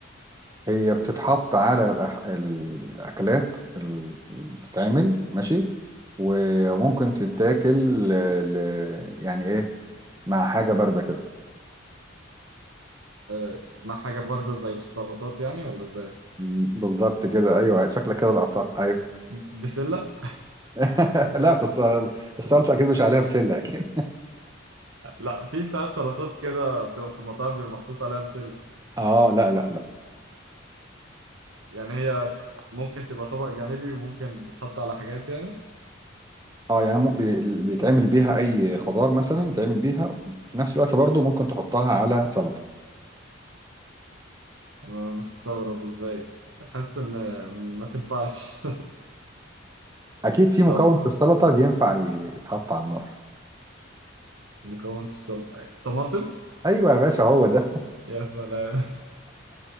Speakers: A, on the right; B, on the right.
A: هي بتتحط على الأح- الأكلات اللي بتتعمل ماشي وممكن تتاكل آه، ل- يعني إيه مع حاجة باردة كده
B: آه، ما حاجة باردة زي في السلطات يعني ولا ازاي؟
A: م، بالظبط كده أيوه شكلك كده لقطتها أيوه
B: بسلة؟
A: <laughs> لا بس الس- السلطة أكيد مش عليها بسلة أكيد
B: لا في ساعات سلطات كده بتبقى في المطاعم بيبقى محطوط عليها بسلة
A: أه لا لا لا
B: يعني هي ممكن تبقى طبق جانبي وممكن تتحط على حاجات يعني
A: اه يعني مو- بي- بيتعمل بيها اي خضار مثلا يتعمل بيها في نفس الوقت برضو ممكن تحطها على سلطة
B: أنا مستغرب ازاي حاسس إن ما تنفعش
A: اكيد في مكون
B: <laughs> طب
A: في السلطه بينفع يتحط على النار
B: مكون في السلطة طماطم؟
A: ايوه يا باشا هو ده
B: يا سلام